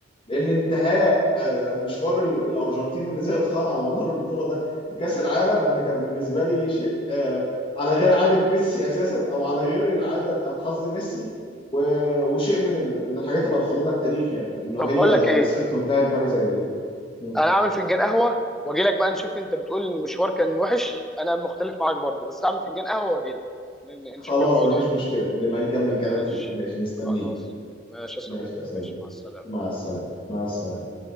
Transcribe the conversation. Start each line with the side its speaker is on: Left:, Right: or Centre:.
Left: لان انتهاء آه، مشوار ال- الارجنتين اللي زي الخرا على مدار البطوله ده بكاس العالم انا كان بالنسبه لي شيء آه، على غير عاده ميسي اساسا او على غير العاده بتاعت حظ ميسي و- وشيء من ال- من الحاجات اللي هتخلدها التاريخ يعني ان
Centre: طب
Left: هي
Centre: بقول لك ايه
Left: مسيرته انتهت بحاجه زي دي م.
Centre: انا اعمل فنجان قهوه واجي لك بقى نشوف انت بتقول ان المشوار كان وحش انا مختلف معاك برضو بس اعمل فنجان قهوه واجي لك
Left: خلاص
Centre: نشوف الموضوع
Left: مفيش
Centre: ده
Left: مشكله نبقى نكمل كلام
Centre: ماشي
Left: فيها ماشي مستنيك
Centre: خلاص ماشي يا صديقي
Left: ماشي يا صديقي
Centre: ماشي مع السلامه
Left: مع السلامه مع السلامه